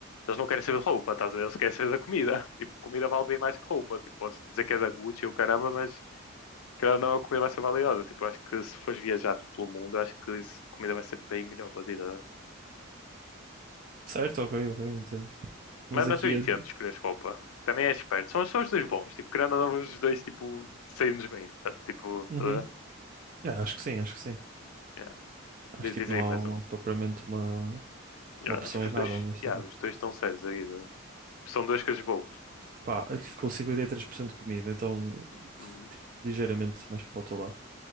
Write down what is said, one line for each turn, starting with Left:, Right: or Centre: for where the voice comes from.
Left: eles não querem saber de roupa, estás a ver? Eles querem saber da comida. <laughs> Tipo, comida vale bem mais que roupa. Tipo, podes dizer que é da Gucci ou caramba, mas Querendo ou não, é a comida vai ser valiosa. Tipo, acho que se fores viajar tipo, pelo mundo, acho que isso- a comida vai ser bem melhor para ti. tá?
Right: Certo? Ok, ok, entendo.
Left: Mas,
Right: Mas aqui.
Left: mas eu
Right: eu-
Left: entendo escolheres roupa. Também é esperto. São, são os dois bons. Tipo, querendo ou não, os dois tipo, saem-nos bem. tá? Tipo,
Right: Uhum.
Left: tá?
Right: Ah, acho que sim, acho que sim.
Left: Yeah.
Right: Acho
Left: Diz,
Right: que
Left: diz
Right: tipo, não
Left: aí
Right: há,
Left: mais
Right: um,
Left: um.
Right: não há propriamente uma,
Left: Yeah,
Right: uma opção
Left: acho que
Right: errada
Left: os dois,
Right: nesta
Left: yeah,
Right: aqui.
Left: os dois estão sérios aí. tá? São duas coisas boas.
Right: Pá, aqui ficou 53% de comida, então
Left: Uhum.
Right: tipo, ligeiramente mais para o outro lado.